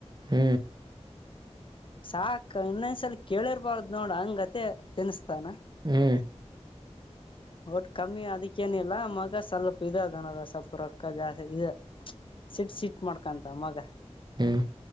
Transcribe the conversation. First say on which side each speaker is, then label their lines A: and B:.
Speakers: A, on the right; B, on the left.
A: ಹ್ಮ್
B: ಸಾಕ ಇನ್ನೊಂದ್ಸಲ್ ಕೇಳಿರ್ಬಾರ್ದ್ ನೋಡ ಹಂಗತೆ ತಿನ್ಸತಾನ.
A: ಹ್ಮ್
B: ಒಟ್ ಕಮ್ಮಿ ಅದಕ್ಕೇನ ಇಲ್ಲ ಮಗ ಸ್ವಲ್ಪ ಇ ಅದನಲ್ ಸ್ವಪು ರೊಕ್ಕ ಜಾಸ್ತಿ ಇದ ಮ್ಚ. ಸಿಟ್ ಸಿಟ್ ಮಾಡ್ಕಂತ ಮಗ.
A: ಹ್ಮ್